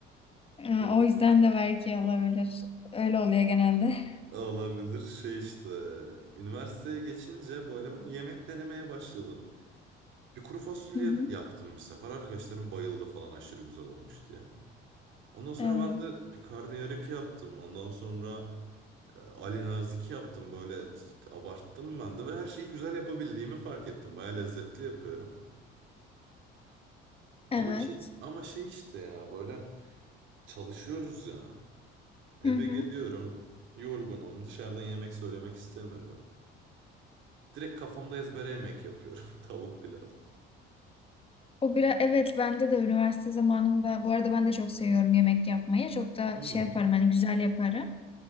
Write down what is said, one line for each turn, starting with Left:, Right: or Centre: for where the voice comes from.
Left: Ee,
Right: e,
Left: O yüzden de belki olabilir. Öyle oluyor genelde.
Right: Olabilir şey işte. Üniversiteye geçince böyle ben yemek denemeye başladım. Bir kuru fasulye
Left: Hı hı.
Right: yaptım bir sefer. Arkadaşlarım bayıldı falan aşırı güzel olmuş diye. Ondan sonra
Left: Evet.
Right: ben de bir karnıyarık yaptım. Ondan sonra e, Ali Nazik yaptım. Böyle abarttım ben de ve her şeyi güzel yapabildiğimi fark ettim. Baya lezzetli yapıyorum. Ama
Left: Evet.
Right: şey ama şey işte ya böyle çalışıyoruz ya. Eve
Left: Hı hı.
Right: geliyorum, yorgunum. Dışarıdan yemek söylemek istemiyorum. Direkt kafamda ezbere yemek yapıyorum. <laughs> Tavuk pilav.
Left: O biraz evet bende de üniversite zamanında bu arada ben de çok seviyorum yemek yapmayı. Çok da
Right: Hmm.
Left: şey yaparım hani güzel yaparım.